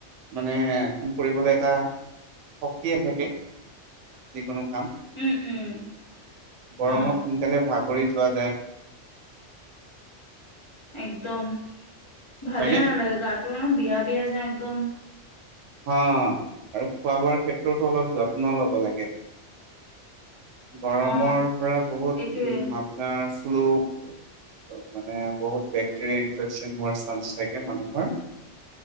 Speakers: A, on the right; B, on the left.
A: মানে কাম কৰিবলৈ এটা শক্তিয়ে থাকে। যিকোনো কাম
B: উম, উম।
A: গৰমত
B: অ
A: সোনকালে ভাগৰি যোৱা যায়।
B: একদম ভালে
A: হয়নে?
B: নালাগে গাটো ন বিয়া বিয়া যে একদম।
A: হা আৰু খোৱা বোৱাৰ ক্ষেত্ৰতো অলপ যত্ন ল'ব লাগে। গৰমৰ
B: অ
A: পৰা বহুত
B: এইটোৱে
A: উম আপোনাৰ শ্লো। ত মানে বহুত বেকটেৰিয়া ইনফেকচন হোৱাৰ চান্ঞ্চ থাকে মানুহৰ।